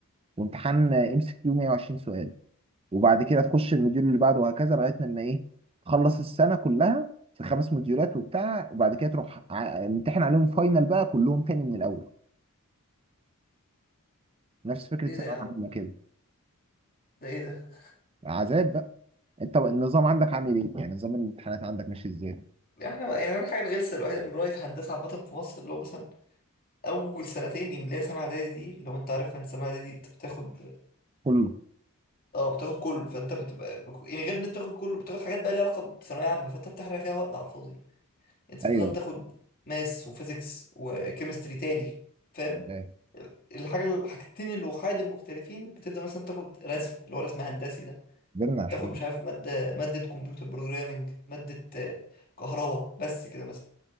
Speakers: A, on the right; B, on the left.
A: وامتحان ام سي كيو 120 سؤال وبعد كده تخش المديول اللي بعده وهكذا لغايه لما ايه تخلص السنه كلها في خمس مديولات وبتاع وبعد كده تروح ع- امتحن عليهم فاينل بقى كلهم تاني من الاول نفس فكره
B: ايه
A: ثانويه
B: ده يا عم
A: عامه كده
B: ده ايه ده؟
A: عذاب بقى انت بقى النظام عندك عامل ايه؟ يعني نظام الامتحانات عندك ماشي ازاي؟
B: احنا بقى يعني أنا الحاجه الغلسه الوحيده من رايي في هندسه عامه في مصر اللي هو مثلا اول سنتين يعني اللي هي سنه اعدادي دي لو انت عارف ان سنه اعدادي دي انت بتاخد
A: كله
B: اه بتاخد كله فانت بتبقى يعني غير ان انت بتاخد كله بتاخد حاجات بقى ليها علاقه بثانويه عامه فانت بتحرق فيها وقت على الفاضي يعني انت بتفضل
A: ايوه
B: تاخد ماس وفيزيكس وكيمستري تاني فاهم
A: فاهم.
B: الحاجه الحاجتين الوحيد المختلفين بتبدا مثلا تاخد رسم اللي هو رسم هندسي ده
A: كبرنا على الحاجات
B: تاخد مش
A: دي.
B: عارف ماده ماده كمبيوتر بروجرامنج ماده آه، كهرباء بس كده مثلا